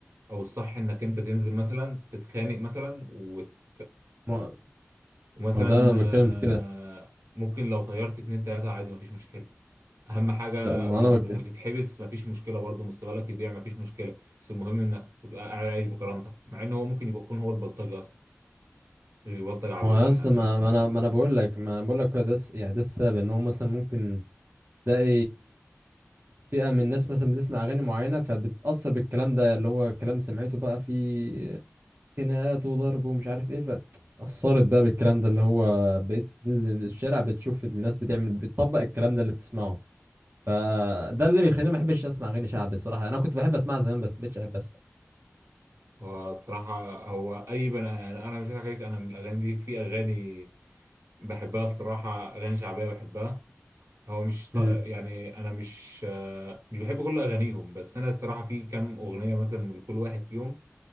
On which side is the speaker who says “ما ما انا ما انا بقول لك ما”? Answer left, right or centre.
Right